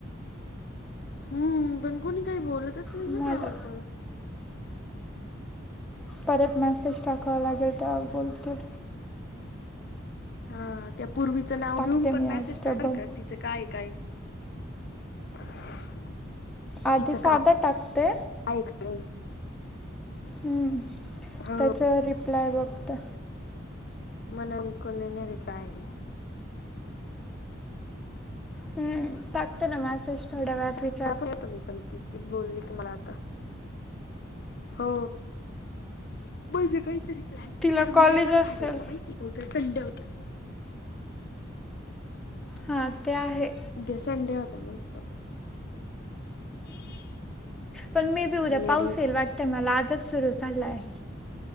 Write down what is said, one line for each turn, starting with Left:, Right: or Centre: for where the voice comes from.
Left: हम्म पण कोणी काही बोलतच नाही
Centre: मला
Left: ना त्यावर परत <unintelligible>
Centre: परत मेसेज टाकावा लागल तवा बोलतील
Left: हा त्या पूर्वीचं नाव
Centre: टाकते
Left: घेऊन
Centre: मी
Left: पण मेसेज
Centre: आज
Left: टा
Centre: डबल
Left: बर का तिचं काय काय <unintelligible>
Centre: आधी
Left: तिच
Centre: साधा
Left: का
Centre: टाकते
Left: ऐकली?
Centre: हम्म!
Left: हो
Centre: त्याच्यावर रिप्लाय बघतोय.
Left: म्हणलं, कोणी नेली टाय.
Centre: हम्म! टाकते ना मॅसेज थोड्या वेळात वि
Left: मला पुढे कमी पण ती बोलली की, मला आता हो, म्हजे काही तरी, प्लँन
Centre: तिला
Left: आणि
Centre: कॉलेज
Left: उद्याचाच
Centre: असेल
Left: भारी होता माहिती, उद्या संडे होता.
Centre: हा, ते आहे.
Left: उद्या संडे होत, मस्त! <unintelligible>
Centre: पण मे बी उद्या
Left: येडे
Centre: पाऊस येईल वाटतंय, मला आजच सुरू झालाय.